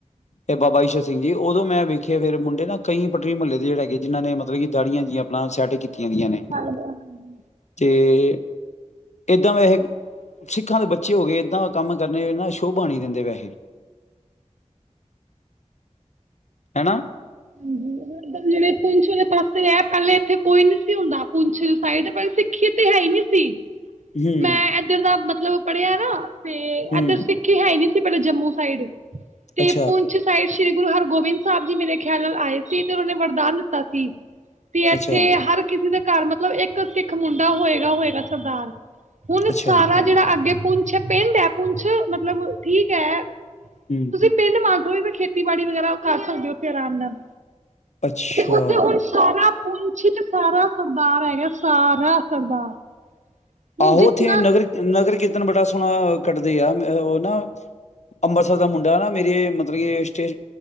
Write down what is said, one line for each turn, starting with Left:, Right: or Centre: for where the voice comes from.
Left: ਤੇ ਬਾਬਾ ਈਸ਼ਰ ਸਿੰਘ ਜੀ ਉਦੋਂ- ਮੈਂ ਵੇਖਿਆ ਫੇਰ ਮੁੰਡੇ ਨਾ ਕਈ ਪਟਰੀ ਮਹੱਲੇ ਦੇ ਜਿਹੜੇ ਹੈਗੇ ਜਿਹਨਾਂ ਨੇ ਮਤਲਬ ਕਿ ਦਾੜੀਆਂ ਜਿਆਂ ਅਪਣਾ ਸੈਟ ਕੀਤੀ ਆਂ ਦੀ
Right: ਹਾਂਜੀ-ਹਾਂਜੀ
Left: ਨੇ ਤੇ <inaudible> ਏਦਾਂ ਵੈਸੇ ਸਿੱਖਾਂ ਦੇ ਬੱਚੇ ਹੋ ਕੇ ਏਦਾਂ ਦੇ ਕੰਮ ਕਰਨੇ ਨਾ ਸ਼ੋਭਾ ਨਹੀਂ ਦਿੰਦੇ ਵੈਸੇ, ਹੈਨਾ।
Right: ਏਧਰ ਜਿਹੜੇ ਪੁੰਛ ਵਾਲੇ ਪਾਸੇ ਏ ਪਹਿਲੇ ਇਥੇ ਕੋਈ ਨੀ ਸੀ ਹੁੰਦਾ ਪੁੰਛ ਸਾਇਡ ਸਿੱਖ ਤੇ ਹੈ ਹੀ ਨੀ ਸੀ।
Left: ਹਮ
Right: ਮੈਂ ਇੱਧਰ ਦਾ ਮਤਲਬ ਪੜਿਆ ਨਾ ਤੇ
Left: ਹਮ
Right: ਇਧਰ ਸਿੱਖੀ ਹੈ ਨੀ ਸੀ ਫੇਰ ਜੰਮੂ ਸਾਈਡ ਤੇ
Left: ਅੱਛਾ
Right: ਪੁੰਛ ਸਾ਼ਯਦ ਸ਼੍ਰੀ ਗੁਰੂ ਹਰਗੋਬਿੰਦ ਸਾਹਿਬ ਜੀ ਮੇਰੇ ਖਿਆਲ ਨਾਲ ਆਏ ਸੀ ਤੇ ਉਹਨਾਂ ਨੇ ਵਰਦਾਨ ਦਿੱਤਾ ਸੀ ਤੇ ਇੱਥੇ
Left: ਅੱਛਾ
Right: ਹਰ ਕਿਸੇ ਦਾ ਘਰ ਮਤਲਬ ਇੱਕ ਸਿੱਖ ਮੁੰਡਾ ਹੋਏਗਾ ਹੋਏਗਾ ਸਰਦਾਰ। ਹੁਣ
Left: ਅੱਛਾ
Right: ਸਾਰਾ ਜਿਹੜਾ ਅੱਗੇ ਪੂੰਛ ਅੱਛਾ ਪਿੰਡ ਹੈ ਪੁੰਛ, ਮਤਲਬ ਠੀਕ ਹੈ
Left: ਹਮ
Right: ਤੁਸੀਂ ਪਿੰਡ ਮਾ ਤੁਸੀਂ ਖੇਤੀਬਾੜੀ ਵਗੈਰਾ ਉਹ ਕਰ ਸਕਦੇ ਹੋ ਉੱਥੇ ਆਰਾਮ ਨਾਲ।
Left: ਅੱਛਾ
Right: ਤੇ ਉੱਥੇ ਹੁਣ ਸਾਰਾ ਪੂੰਛ ਚ ਸਾਰਾ ਸਰਦਾਰ ਹੈਗਾ, ਸਾਰਾ ਸਰਦਾਰ।
Left: ਆਹੋ
Right: ਹੁਣ ਜਿੰਨਾ
Left: ਉੱਥੇ ਨਗਰ, ਨਗਰ ਕੀਰਤਨ ਬੜਾ ਸੋਹਣਾ ਕੱਢਦੇ ਆ ਉਹ ਨਾ ਅੰਮ੍ਰਿਤਸਰ ਦਾ ਮੁੰਡਾ ਨਾ ਮੇਰੇ ਮਤਲਬ ਕਿ ਸਟੇਸ਼